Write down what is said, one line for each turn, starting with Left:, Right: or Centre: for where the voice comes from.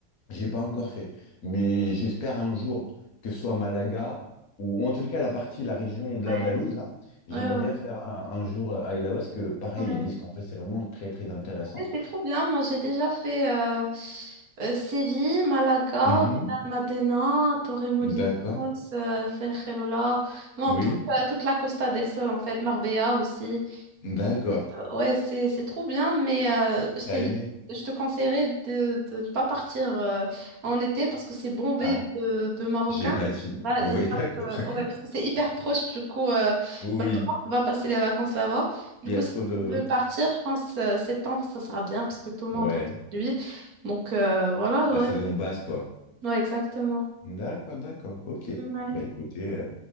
Left: j'ai pas encore fait. Mais j'espère un jour que ce soit Malaga ou, en tout cas la partie, la région de
Right: Ouais.
Left: l'Andalouse, là, j'aimerais
Right: Ouais, ouais,
Left: bien
Right: ouais.
Left: faire un, un jour euh, aller là-bas parce que, pareil,
Right: Ouais.
Left: ils disent qu'en fait, c'est vraiment très, très intéressant.
Right: Ouais, c'est trop bien. Moi, j'ai déjà fait euh, euh, Séville, Malaga,
Left: Mhm.
Right: Benalmádena, Torremolinos,
Left: D'accord.
Right: euh, Fuengirola. Bon,
Left: Oui.
Right: tout, euh, toute la Costa del Sol, en fait, Marbella aussi.
Left: D'accord.
Right: Ouais, c'est c'est trop bien, mais euh, je t'évite-
Left: T'as aimé?
Right: je te conseillerais de ne pas partir euh, en été parce que c'est bombé
Left: Ah,
Right: de, de Marocains.
Left: j'imagine.
Right: Bah,
Left: Oui,
Right: ils partent,
Left: d'accord.
Right: euh,
Left: <laughs>
Right: ouais, parce que c'est hyper proche, du coup, euh,
Left: Oui.
Right: bah, tout le monde va passer les vacances là-bas. Du
Left: Il
Right: coup,
Left: y a trop
Right: si tu
Left: de.
Right: veux partir, je pense euh, septembre, ça sera bien parce que tout le monde
Left: Ouais.
Right: rentre chez lui. Donc euh, voilà,
Left: La
Right: ouais.
Left: saison basse, quoi.
Right: Ouais, exactement.
Left: D'accord, d'accord. Ok.
Right: Ouais,
Left: Bah écoutez. euh,